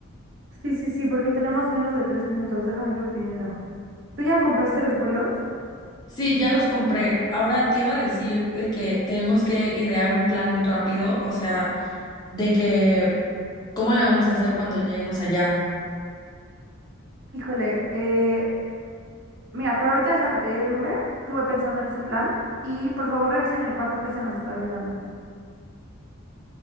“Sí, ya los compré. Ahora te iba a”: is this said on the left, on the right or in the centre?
Left